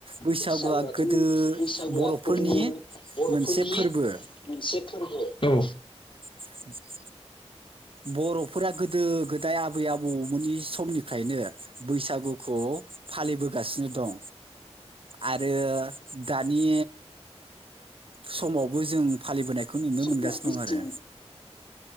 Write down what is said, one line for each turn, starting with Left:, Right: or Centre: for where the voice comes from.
Right: बैसागुआ
Left: बैसागुआथ'
Right: गोदो
Left: बैसागुआ
Right: बरफोरनि
Left: गोदो बर'फोरनि
Right: मोनसे फोरबो
Left: मोनसे फोरबो औ
Right: लांदां बर'फोरा गोदो। गोदाय आबै आबौमोननि समनिफ्रायनो बैसागुखौ फालिबोगासिनो दं। आरो दानि। समावबो जों फालिबोनायखौ नुनो
Left: समावबो
Right: मोनगासिनो दं आरो।
Left: जों